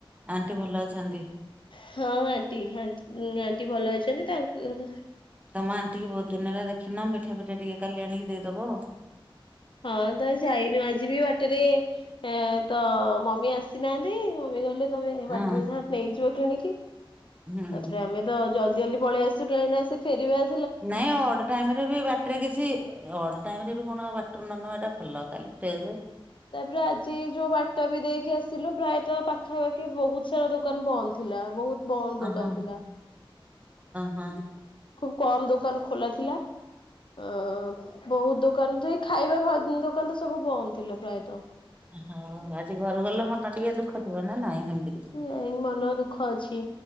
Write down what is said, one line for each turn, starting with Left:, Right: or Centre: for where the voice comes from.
Right: ଆଣ୍ଟି ଭଲ ଅଛନ୍ତି?
Left: ହଁ ଆଣ୍ଟି ଆଣ୍ଟି ଭଲ ଅଛନ୍ତି ତାଙ୍କ ଘର
Right: ତମେ ଆଣ୍ଟିକି ବହୁତ ଦିନ ହେଲା ଦେଖିନ ମିଠା ଫିଠା ଟିକେ କାଲି ଆଣିକି ଦେଇଦବ ଆଉ।
Left: ହଁ ତ ଯାଇନୁ ଆଜି ବି ବାଟରେ ହେଁ ତ ମମି ଆସିନାହାନ୍ତି ମମି କହିଲେ ତମେ
Right: ହଁ।
Left: ବାଟରେ ଯାହା ନେଇଯିବ କିଣିକି ତାପରେ
Right: ହୁଁ
Left: ଆମେ ତ ଜଲଦି ଜଲଦି ପଳେଇଆସିଲୁ କାହିଁକି ନା ସେ ଫେରିବା
Right: ନାଇଁ ଅଡ ଟାଇମ୍ ରେ ବି ବାଟରେ କିଛି ଅଡ ଟାଇମ୍ ରେ ବି କଣ ବାଟରୁ ନ ନବାଟା ଭଲ କାଲି ଫ୍ରେସ୍
Left: ତାପରେ ଆଜି ଯୋଉ ବା ଟା ବି ଦେଇକି ଆସିଲୁ ପ୍ରାୟତଃ ପାଖାପାଖି ବହୁତ ସାରା ଦୋକାନ ବନ୍ଦ ଥିଲା ବହୁତ ବନ୍ଦ ଦୋକାନ
Right: ଓହୋ
Left: ଥିଲା।
Right: ହୁଁ।
Left: ଖୁବ କମ୍ ଦୋକାନ ଖୋଲା ଥିଲା ଅ ବହୁତ ଦୋକାନ ଯେ ଖାଇବା ଫାଇ ଦୋକାନ ତ ସବୁ ବନ୍ଦ ଥିଲା ପ୍ରାୟତଃ।
Right: ହଉ ଆଜି ଘରୁ ଗଲ ମନ ଟିକେ ଦୁଃଖ ଥିବ ନା ନାଇଁ ହେମିତି କି
Left: ନାଇ ମନ ଦୁଃଖ ଅଛି